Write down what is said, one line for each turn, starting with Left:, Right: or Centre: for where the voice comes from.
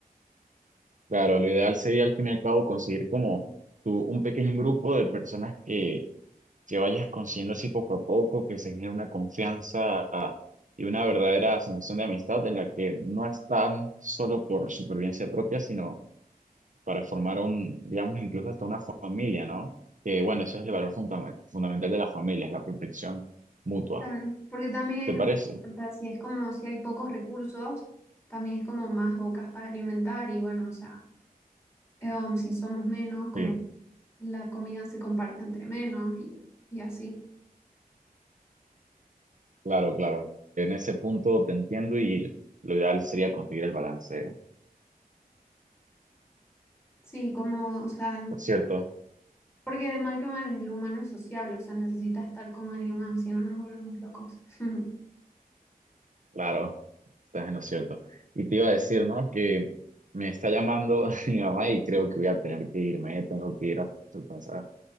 Right: claro, lo ideal sería al fin y al cabo conseguir como tú, un pequeño grupo de personas que, que vayas consiguiendo así poco a poco, que se genere una confianza y una verdadera sensación de amistad en la que no están solo por supervivencia propia, sino para formar un, digamos, incluso hasta una familia, ¿no? Que bueno, ese es el valor fundam- fundamental de la familia, es la protección mutua.
Left: Claro, porque también hay
Right: ¿Te parece?
Left: que pensar, si es como si hay pocos recursos, también es como más bocas para alimentar y bueno, o sea, eh, um, si somos menos, como
Right: Sí,
Left: la comida se comparte entre menos y, y así.
Right: claro, claro. En ese punto te entiendo y lo ideal sería conseguir el balance. ¿eh?
Left: Sí, como, o sea, en-
Right: Por cierto,
Left: porque de mal que mal el humano es sociable, o sea, necesita estar con alguien más, si no nos volvemos locos. <laughs>
Right: claro, estás en lo cierto. Y te iba a decir, ¿no? Que me está llamando <laughs> mi mamá y creo que voy a tener que irme, ¿eh? tengo que ir a su casa.